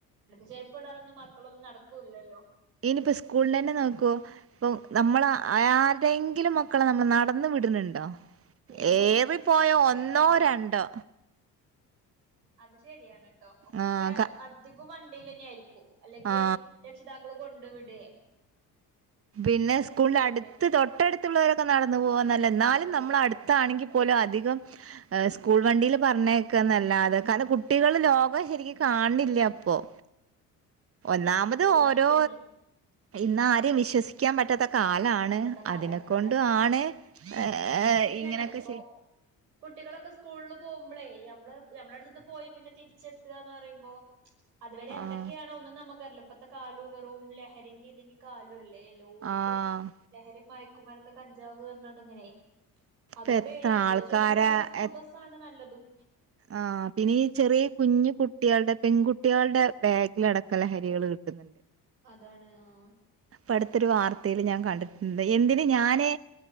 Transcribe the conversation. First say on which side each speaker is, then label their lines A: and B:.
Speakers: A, on the right; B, on the right.
A: ചെരിപ്പ് ഇടാതൊന്നും മക്കളൊന്നും നടക്കൂല്ലല്ലോ
B: ഇനിപ്പോ സ്കൂളിൽ തന്നെ നോക്കുവോ ഇപ്പൊ നമ്മള് ആർടെയെങ്കിലും മക്കള് നമ്മള് നടന്നു വിടുന്നു ണ്ടോ
A: ഇല്ല
B: ഏറി പോയോ
A: ഒക്കെ
B: ഒന്നോ
A: ഓ
B: രണ്ടോ
A: അത് ശരിയാണ്ട്ടോ ഒക്കെ
B: ആ ക
A: അധികം വ ലന്നെ ആരിക്കോ അല്ലെങ്കിൽ
B: ആ
A: രക്ഷിതാക്കള് കൊണ്ട് വിടേ
B: പിന്നെ
A: അങ്ങനെയൊക്കെ
B: സ്കൂളിൻ്റടുത്ത്
A: ആയിട്ട്
B: തൊട്ടടുത്തുള്ളവരൊക്കെ നടന്ന് പോക്ന്നല്ല എന്നാലും
A: നടന്നു
B: നമ്മള
A: പോകുന്നല്ലാതെ
B: അടുത്താണെങ്കി പോല അധികം സ് സ്കൂൾ വണ്ടില് പറഞ്ഞേക്കന്നല്ലാതെ കാരണം കുട്ടികള് ലോകം ശെരിക്കും കാണില്ല ഇപ്പം ഒന്നാമത്
A: അത്
B: ഓരോ
A: ശരിയാണ്
B: ഇന്ന് ആരേം വിശ്വസിക്കാൻ പറ്റാത്ത കാലാണ്
A: പറ്റത്തെ കാലാണ്
B: അതിനെ കൊണ്ടും
A: അതാണ്
B: ആണ് ഏഹ്
A: ശരിയാണ്
B: ഇങ്ങനെയൊക്കെ
A: ഇപ്പൊ
B: ചെയ
A: കുട്ടികളൊക്കെ സ്കൂൾല് പോകുമ്പളേ അമ്മള് ഞമ്മുടെ അടുത്ത്ന്ന് പോയി പിന്നെ തിരിച്ചെത്തുക എന്ന് പറയുമ്പോ അതുവരെ എന്തൊക്കെയാണോ
B: ആഹ്
A: ഒന്നും നമുക്ക് അറില്ലപ്പത്തെ കാലും വെറും ലഹരിന്റെ ഇതിന്റെ കാലും അല്ല ടേ എല്ലോടുത്തും
B: ആഹ്
A: മയക്കുമരുന്ന് കഞ്ചാവ് <unintelligible> ഇങ്ങനെ
B: ഇപ്പ
A: അതും
B: എത്ര
A: പേടിയാണ് അത്
B: ആൾക്കാരാ
A: വെച്ച് നോക്കുമ്പോ മ്മള് സ്കൂൾ
B: എ
A: ബസ്സാണ് നല്ലതും
B: ആഹ് പിന്നെ ഈ ചെറിയ കുഞ്ഞു കുട്ടികളുടെ പെൺകുട്ടികളുടെ ബാഗിൽ അടക്ക ലഹരികള് കിട്ടുന്നുണ്ട്
A: അതാണ് ആഹ്
B: ഇപ്പ അടുത്തൊരു വാർത്തയില് ഞാൻ കണ്ടിട്ടുണ്ട് എന്തിന് ഞാന്